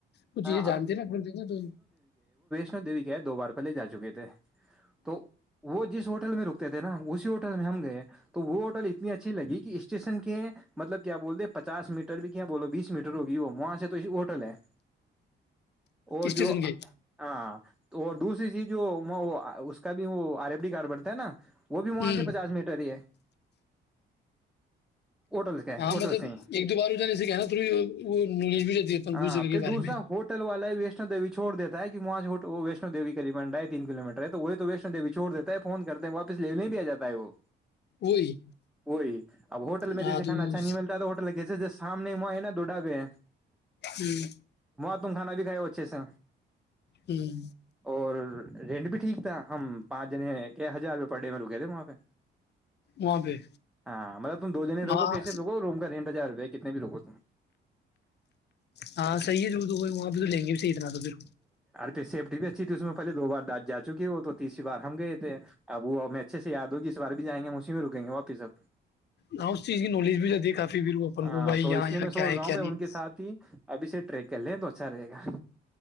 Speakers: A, on the left; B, in the centre.
A: ک چیزیں
B: ہاں
A: جانتے نا کھولتے ہیںا تو
B: و کہ دوار پلے جا چکیید تو وہ جس ہوٹل میں رک تھے نا وہ ہوٹل میں ہم گئے تو وہ ہوٹل اتنی اچھی لگی کہ اس اسٹیشن کے مطلب کیا بول پچاس میٹر بھی کیا بولو بیس میٹر ہوگی وہ وہاں سے تو ہوٹل ہے اور
A: اسٹیشن
B: جو
A: کے
B: ہاں اور دوسری چیز جو وہ اس کا بھی وہ آر ایف ڈی کارڈ بنتا ہے نا وہ بھی وہاں
A: ہوں
B: سے پچاس میٹر ہی ہے ہوٹل کا
A: ہاں
B: ہوٹل
A: مطلب
B: سے ہی
A: ایک دو بار ہو جانے سے کہ نا تھوڑی وہ نالج بھی جاتی ہے اپن
B: ہاں
A: بول سکے کے
B: پھر
A: بارے
B: دوسرا
A: میں
B: ہوٹل والا ہے ویشنو دیو چھو دیتا ہے کہ وہاں وہ ویشنو دیوی کرریب نا ہے تین کلو میٹر ہے تو وہی تو ویشنوی چھڑ دیتا ہے فون کرتے ہیں واپس لیےنے بھی آ جات ہے وہ
A: وہی
B: وہی اب ہوٹل میں
A: ہاں
B: جیسے کھانا
A: تو ہوں
B: اچھا نہیں ملتا تو ہوٹل جیسے جی شام نہیں، نہ دوڈاے
A: ہوں
B: تم کھانا بھی کا ہو اچھے سے
A: ہوں
B: اور رینٹ بھی ٹھیک تھا ہم پانچ جنے ہزار روپئے پر ڈے میں رکے تھے وہاں پہ
A: وہاں پہ
B: ہاں مطلب تم دو جنے
A: وہاں
B: روگو کیسے رو روم کا رینٹ ہزار روپئے کتنے بھی روگو
A: ہاں صح ہے ر تو ہو وہاں بھی تو لیں گے بھی صحی اتنا تو پھر
B: تو سیفٹی بھی اچھی اس میں پلے دو بار دات جا چکی ہے وہ تو تیسری بار ہم گئے تھے اب وہ ہمیں اچھے سے یاد ہوگی اس بار بھی جائیں گے ہم اسی میں رکیں گے واپس اب
A: ہاں اس چیز کی نالج بھی رہتی ہے کافی پ وہ اپن
B: ہاں
A: گ بھائی
B: تو
A: یہاں
B: اس
A: یہاں
B: لیے میں سوچ
A: کیا ہے
B: رہا ہوں
A: کیا
B: بھائی
A: نہیں
B: ان کے ساتھ ہی ابھی سے ٹریک کر لے دو اچھا رہے گا